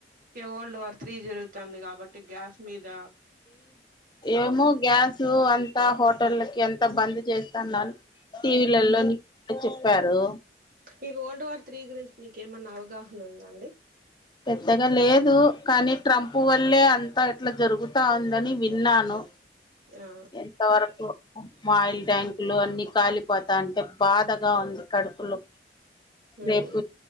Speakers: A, on the right; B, on the left.
A: ఓల్డ్ వార్ త్రీ జరుగుతుంది కాబట్టి గ్యాస్ మీద
B: ఏమో గ్యాసు అం తా హోటల్కి అంతా బంద్ చేస్తానని టీవీలలో న్యూస్లో చెప్పారు
A: ఈ వరల్డ్ వార్ త్రీ గురించి మీక ఏమన్నా అవగాహన ఉందా అండి
B: పెద్దగా లేదు కానీ ట్రంప్ వల్లే అంతా ఇట్లా జరుగుతా ఉందని విన్నాను
A: ఆ
B: ఎంత వరకు ఆయిల్ ట్యాంకులు అన్ని కాలిపోతా అంటే బాధ గా ఉంది కడుపులు
A: హ్మ్
B: రేపు